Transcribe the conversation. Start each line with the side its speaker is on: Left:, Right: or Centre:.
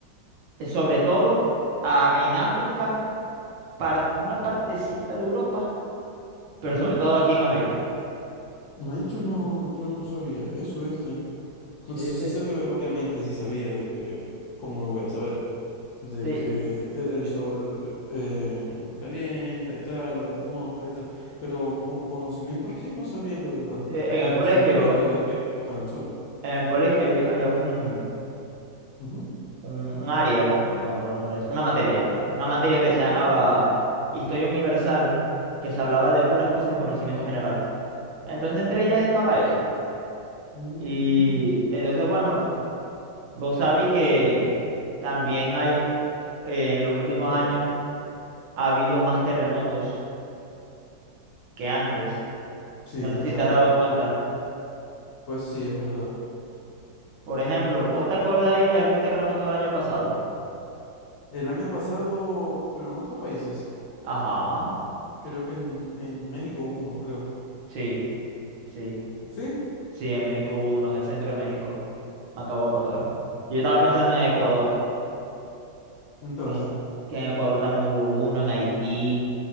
Right: Eh, Sobre todo a- en África, par- una partecita de Europa, pero
Left: ujú.
Right: sobre todo aquí en América.
Left: Men, yo no, yo no sabía eso, ¿viste?
Right: Sí,
Left: O sea,
Right: sí.
Left: sí sabía, ob- obviamente sí sabía de que, ¿cómo no voy a saber? De
Right: Sí,
Left: que el, el
Right: yo-
Left: sol eh, nos calienta y tal, lo de la atmósfera y tal, pero como conocimiento sí no sabía lo de la-
Right: sí, en
Left: las
Right: el
Left: luces
Right: colegio,
Left: ultravioletas que botan el sol.
Right: en el colegio hay- había un...
Left: Ujú,
Right: un, un área, porque no me acuerdo el nombre de eso, una materia, ya me acuerdo, una materia
Left: ujú,
Right: que se llamaba Historia Universal, que se hablaba de puras cosas de conocimiento general. Entonces, entre ellas estaba eso.
Left: mm,
Right: Y entonces, bueno, vos sabéis que también hay, eh, en los últimos
Left: ok.
Right: años, ha habido más terremotos que antes.
Left: Sí,
Right: No sé
Left: total.
Right: si te has dado cuenta.
Left: Pues sí, es verdad.
Right: Por ejemplo, ¿vos te acordáis de algún terremoto del año pasado?
Left: El año pasado, pero en otros países,
Right: Ajá,
Left: creo que en, en México hubo uno, creo.
Right: sí, sí.
Left: ¿Sí?
Right: Sí, en México hubo uno, en el centro de México. Me acabo de acordar. Yo estaba pensando en Ecuador,
Left: Entonces,
Right: que, que en Ecuador también hubo uno, en Haití.